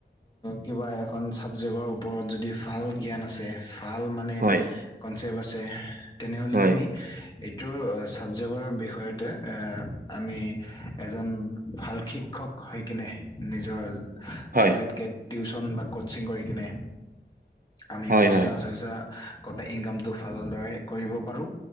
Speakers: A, on the left; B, on the right.
A: কিবা এখন চাবজেক্টৰ ওপৰত। যদি ভাল জ্ঞান আছে। ভাল মানে
B: হয়,
A: কনচেপ্ট আছে তেনেহ'লে
B: হয়,
A: আমি এইটো ছাবজেকৰ বিষয়তে আ আমি এজন ভাল শিক্ষক হৈ কিনে নিজৰ
B: হয়,
A: প্ৰাইভেটকে টিউচন বা কতচিং কৰি কিনে আমি
B: হয়,
A: পইচা-চইচা
B: হয়,
A: গটে ইনকামটো ভালদৰে কৰিব পাৰো।